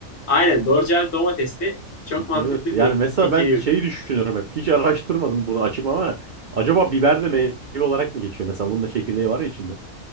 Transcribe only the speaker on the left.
Aynen doğru cevap domatesli. Çok mantıklı
bir
fikir